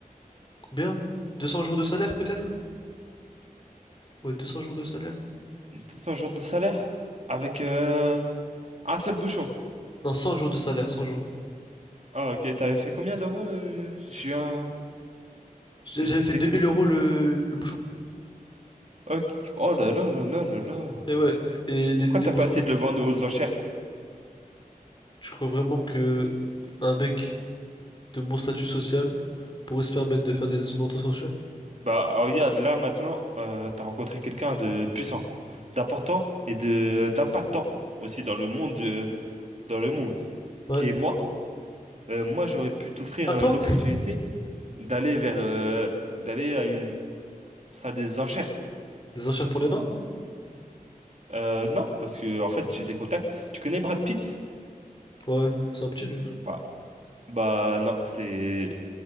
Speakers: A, on the left; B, on the right.
A: combien? deux cents jours de salaire, peut-être? Ouais, 200 jours de salaire.
B: tout un jour de salaire avec euh, un seul bouchon
A: Non, cent jours de salaire, 100 jours.
B: ah ok t'avais fait combien d'euros euh, j'ai un
A: J'ai-
B: j'étais
A: J'avais fait
B: déconnecté
A: 2000 euros
B: un
A: le,
B: peu
A: le bouchon.
B: Ok. oh là là là là là là
A: Et ouais, et des,
B: pourquoi
A: des
B: t'as
A: bouchons
B: pas essayé
A: comme
B: de
A: ça.
B: le vendre aux enchères
A: Je crois vraiment que un mec de mon statut social pourrait se permettre de faire des ventes aux enchères?
B: bah ah, regarde là maintenant euh, t'as rencontré quelqu'un de puissant d'important et de d'impactant aussi dans le monde euh, dans le monde
A: Ouais.
B: qui est moi Euh, moi j'aurais pu t'offrir
A: À toi?
B: euh, l'opportunité d'aller vers euh, d'aller à une Ça a des enchères.
A: Des enchères pour les nains?
B: Euh, non, parce que en fait, j'ai des contacts. Tu connais Brad Pitt?
A: Ouais, c'est un petit lui.
B: Voilà. Bah non, c'est